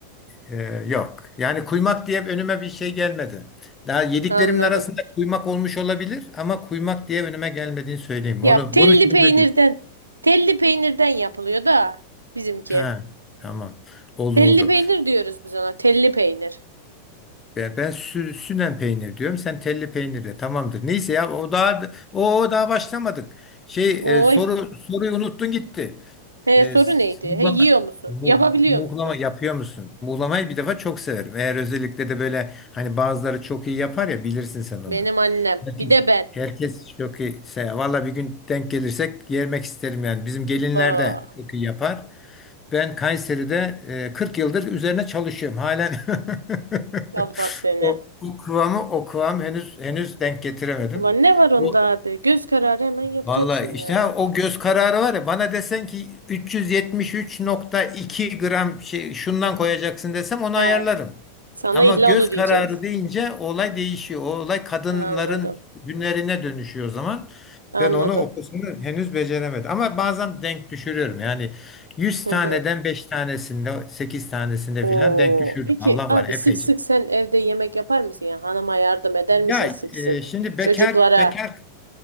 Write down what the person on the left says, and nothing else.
Ee, yok. Yani kuymak diye önüme bir şey gelmedi. Daha yediklerimin
arasında kuymak olmuş olabilir ama kuymak diye önüme gelmediğini söyleyeyim.
Onu
bunu çözebilirim.
Ha, tamam. Oldu
oldu.
Ben, ben sü- sünen peynir diyorum. Sen telli peynir de. Tamamdır. Neyse ya o daha o, o daha başlamadık. Şey
e, soru soruyu unuttun gitti.
E,
s-
muhlama,
mu-
muhlama
yapıyor musun? Muhlamayı bir defa çok severim. Eğer özellikle de böyle hani bazıları çok iyi yapar ya bilirsin sen onu.
Herkes,
herkes çok iyi. se- Valla bir gün denk gelirsek yemek isterim yani. Bizim gelinler
de çok iyi yapar. Ben Kayseri'de e, 40 yıldır üzerine çalışıyorum. Halen <laughs>
o, o kıvamı o kıvam henüz henüz denk getiremedim.
O,
Vallahi
işte ha, o göz kararı var ya bana desen ki 373.2 gram şey, şundan koyacaksın desem onu
ayarlarım.
Ama
göz
kararı deyince olay değişiyor. O olay kadınların
günlerine dönüşüyor o zaman.
Ben onu o kısmını henüz beceremedim. Ama bazen denk düşürüyorum. Yani 100
taneden
5 tanesinde 8 tanesinde
filan denk düşürdüm.
Allah
var epeyce.
Ya
e,
şimdi
bekar bekar